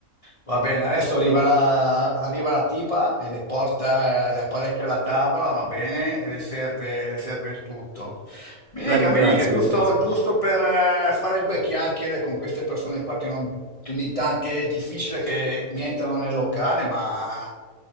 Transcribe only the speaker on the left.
Va bene, adesso arriva la, arriva la tipa e le porta eh, le apparecchia alla tavola, va bene, e le serve, le serve il tutto. Mi dica,
mi dica, giusto,
giusto per eh, fare due chiacchiere con queste persone qua che, non, che ogni tanto che è difficile che mi entrano nel locale, ma